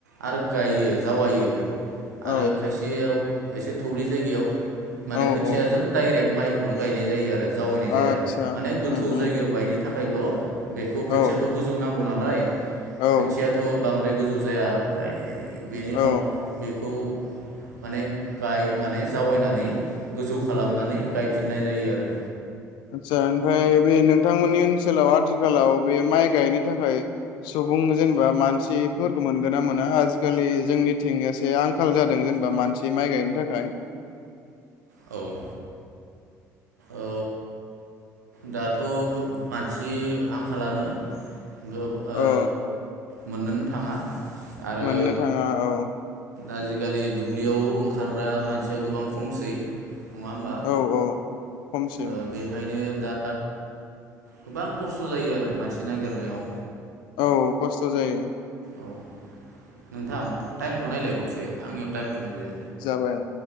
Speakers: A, on the right; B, on the left.
A: आरो गायो जावायो।
B: औ
A: आरो खायसेयाव एसे थौललि जायगायाव माने
B: औ
A: खै खुथियाजों
B: औ
A: दाइरेक्ट माइ बेखौनो गायनाय जायो आरो जावयायनाय जाया
B: आतसा
A: माने गोथौ
B: उम उम
A: जायगायाव गायो थाखायल' बेखौ खोथियाखौ
B: औ
A: गोजौ नांगौ नालाय
B: औ
A: खोथियाथ बांद्राय गो जुसाया आय आय बेनि उनाव
B: औ
A: बेखौ माने गाय माने जावैयनानै गोजौ खालामनानै गायफि नाय जायो आरो
B: आतसा ओमफाय बे नोंथांमोननि ओनसोलाव आथिखालाव बे माइ गायनो थाखाय सुबुं जेनेबा मानसिफोरखौ मोनगोन ना मोना? आजिखालि जोंनिथिं एसे आंखाल जादों जेनेबा मानसि माइ गायनो थाखाय।
A: औ। औ दाथ' गोब मानसि आंखालानो। गब आ।
B: औ
A: मोननोनो थाङा आरो
B: मोननो थाङा औ
A: आजिखालि लियाव ओंखारग्रा मानसिया गोबां खमसै। नङा होमबा?
B: औ औ खमसै
A: ओ बेनिखायनो दा गोबां खस्थ जायो आरो मानसि नागिरनायाव।
B: औ खस्थ जायो।
A: औ नोंथां टाइमखौ नायलाय खनसेै आंनियाव टाइमखौ नुजाया
B: जाबाय